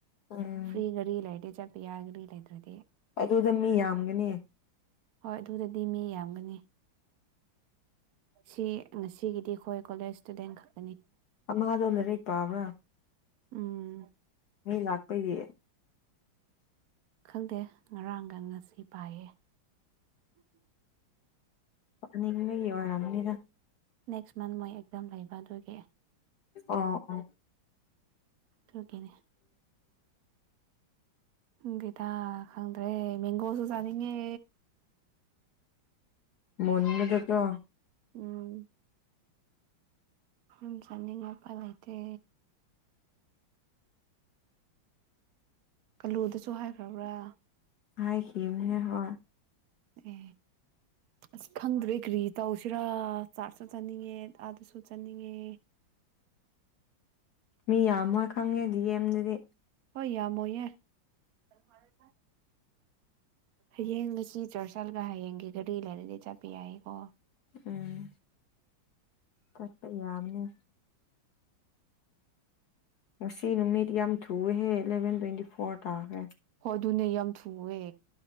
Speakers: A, on the left; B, on the right.
A: ꯎꯝ
B: ꯐꯔꯤꯒꯔꯤ ꯂꯥꯏꯦ ꯆꯠ ꯌꯥꯒꯂ ꯂꯩꯗ꯭ꯔꯦ
A: ꯑꯗꯨꯗ ꯃꯤ ꯌꯥꯝꯒꯅꯤ
B: ꯍꯣꯏ ꯑꯗꯨꯗꯗꯤ ꯃꯤ ꯌꯥꯝꯒꯅꯤ ꯁꯤ ꯉꯁꯤꯒꯤꯗꯤ ꯑꯩꯈꯣꯏ ꯀꯣꯂꯦꯖ ꯏꯁꯇꯨꯗꯦꯟ ꯈꯛꯇ
A: ꯑꯃ ꯑꯗꯣꯅꯔꯦ ꯄꯕꯅꯥ
B: ꯎꯝ
A: ꯃꯤ ꯂꯥꯛꯄꯒꯤꯌꯦ
B: ꯈꯪꯗꯦ ꯉꯔꯥꯡꯒ ꯉꯁꯤ ꯄꯥꯏꯌꯦ
A: ꯅꯤꯡꯒꯤ ꯋꯥꯔꯝꯅꯤꯗ
B: ꯅꯦꯛꯁ ꯃꯟ ꯃꯣꯏ ꯑꯦꯛꯗꯝꯝ ꯂꯩꯕ ꯑꯗꯨꯒꯤ
A: ꯑ ꯑ
B: ꯊꯀꯤꯦꯅꯦ ꯗꯤꯦꯗ ꯈꯪꯗ꯭ꯔꯦ ꯃꯦꯡꯒꯣꯁꯨꯖꯥꯅꯤ ꯑ
A: ꯃꯅꯗꯀꯣ
B: ꯎꯝ ꯑꯗꯨꯝ ꯆꯅꯤꯡꯉꯄꯥ ꯂꯩꯇꯦ ꯑꯂꯨꯗꯁꯨ ꯍꯥꯏꯈ꯭ꯔꯕ꯭ꯔꯥ
A: ꯍꯥꯏꯥꯏ ꯍꯝ ꯍꯦ ꯍ
B: ꯑꯦ ꯑꯁ ꯈꯪꯗ꯭ꯔꯦ ꯀꯔꯤ ꯇꯧꯁꯤꯔꯥ ꯆꯥꯔꯁꯨ ꯆꯠꯅꯤꯡꯉꯦ ꯑꯥꯗꯁꯨ ꯆꯠꯅꯤꯡꯉꯦ
A: ꯃꯤ ꯌꯥꯝꯃꯣꯏ ꯈꯪꯉꯦꯗꯤ ꯌꯦꯦꯝꯗꯗꯤ
B: ꯍꯣꯏ ꯌꯥꯝꯃꯣꯌꯦꯦ ꯀꯚꯔ ꯍꯌꯦꯡ ꯉꯁꯤ ꯆꯔꯆꯜꯒ ꯍꯌꯦꯡꯒꯤ ꯒꯥꯔꯤ ꯂꯩꯔꯗꯤ ꯆꯠꯄ ꯌꯥꯏꯀꯣ
A: ꯎꯝ ꯀꯄ ꯌꯥꯕꯅꯦ ꯃꯁꯤꯁꯤ ꯅꯨꯃꯤꯠ ꯌꯥꯝ ꯊꯨꯍꯦ ꯑꯦꯂꯚꯦꯟ ꯇ꯭ꯋꯦꯟꯤ ꯐꯣꯔ ꯇꯦ
B: ꯑꯗꯨꯅ ꯌꯥꯝ ꯊꯨꯑꯦ